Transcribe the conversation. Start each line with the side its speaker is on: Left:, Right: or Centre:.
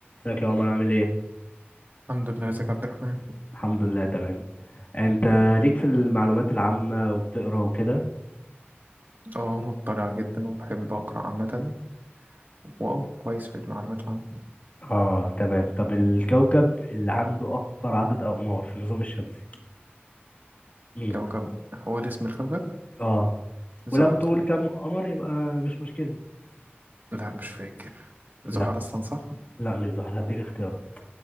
Left: ازيك يا عمر عامل ايه؟
Right: الحمد لله ازيك يا عبد الرحمن
Left: الحمد لله تمام انت ليك في المعلومات العامة وبتقرا وكده؟
Right: اه مطلع جدا وبحب اقرا عامة واه كويس في المعلومات العامة
Left: اه تمام طب الكوكب اللي عنده اكبر عدد اقمار في النظام الشمسي مين؟
Right: كوكب هو اللي اسم الكوكب
Left: اه
Right: زحل
Left: ولو تقول كم قمر يبقى مش مشكلة
Right: لا مش فاكر
Left: لا
Right: زحل اصلا صح
Left: لا مش زحل هديك اختيارات